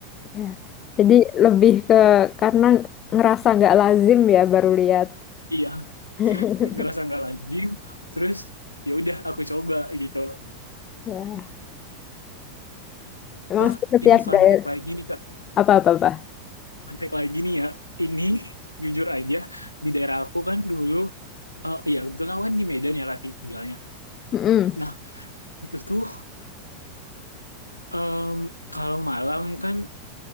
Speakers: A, on the left (about 30°); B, on the left (about 85°).
A: Ya. Jadi lebih ke karena ngerasa nggak lazim ya baru lihat.
B: Iya,
A: <laughs>
B: ngerasa nggak lazim. Terus ya udah aku coba gitu.
A: Ya. Emang
B: Oh,
A: sih setiap
B: ini fun
A: daerah
B: fact lagi nih Kak.
A: apa-apa-apa.
B: Fun fact lagi nih ya. Ini <laughs> jujur aja di daerah aku kan dulu eh iya kebetulan aku kan di Medan ya Kak tinggalnya.
A: Mm-mm.
B: Nah, itu tuh em, kalau malam kan